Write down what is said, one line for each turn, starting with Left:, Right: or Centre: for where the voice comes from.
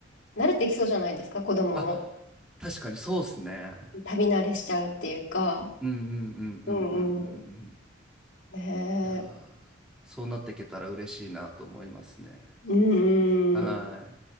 Left: 慣れてきそうじゃないですか、子供も。
Centre: あ、確かにそうっすね。
Left: 旅慣れしちゃうっていうか。
Centre: うんうんうんうんうんうんうん。
Left: うんうん。ねえ。
Centre: いやー、そうなっていけたら嬉しいなと思いますね。
Left: うんうん。
Centre: はい。